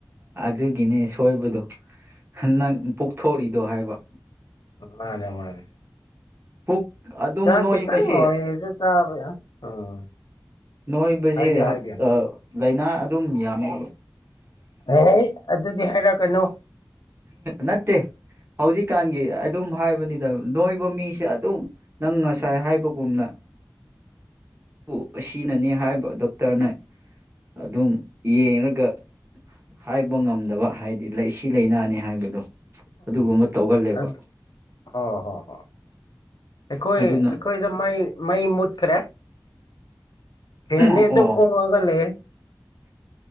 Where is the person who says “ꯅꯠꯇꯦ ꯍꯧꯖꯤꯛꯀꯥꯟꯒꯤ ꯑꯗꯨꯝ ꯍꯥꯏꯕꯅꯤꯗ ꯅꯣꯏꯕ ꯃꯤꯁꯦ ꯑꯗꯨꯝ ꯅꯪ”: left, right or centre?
Right